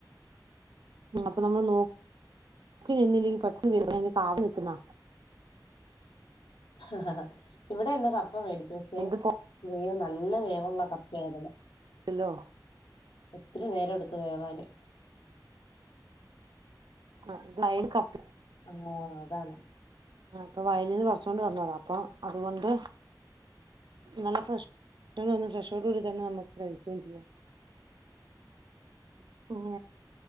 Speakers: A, on the right; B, on the left.
A: അപ്പൊ നമ്മൾ നോ ക്കി നിന്നില്ലെങ്കി പെട്ടന്ന് വേവും അതിന് കാത്തു നിക്കുന്ന
B: ആ ഇവിടെ എന്നാ കപ്പ മേടിക്ക പക്ഷെ
A: വെന്ത്
B: വേവ് നല്ല വേവുള്ള കപ്പയായിരുന്നു.
A: ഹലോ
B: ഒത്തിരി നേരം എടുത്തു വേവാന്
A: ആ വയൽ കപ്പ
B: ആഓ അതാണ്
A: ഇപ്പൊ വയലീന്ന് പറിച്ചൊണ്ട് വന്നത അപ്പൊ അതുകൊണ്ട് നല്ല ഫ്രഷ് ഫ്രഷോട് കൂടി തന്നെ നമുക്ക് കഴിക്കുകയും ചെയ്യാം ഉം